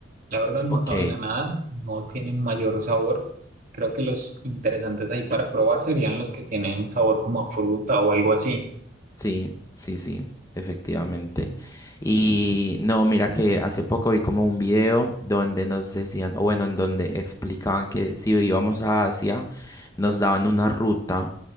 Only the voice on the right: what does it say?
La verdad no
saben a nada, no tienen mayor sabor. Creo que los interesantes ahí para probar serían los que tienen sabor como a fruta o algo así.